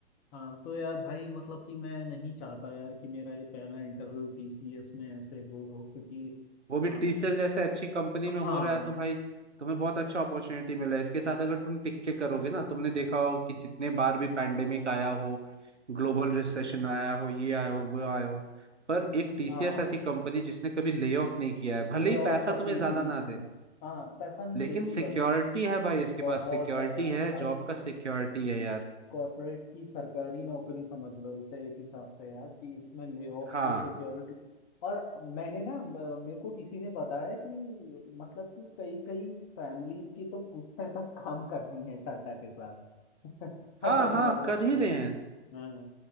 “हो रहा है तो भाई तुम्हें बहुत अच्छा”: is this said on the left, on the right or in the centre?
Right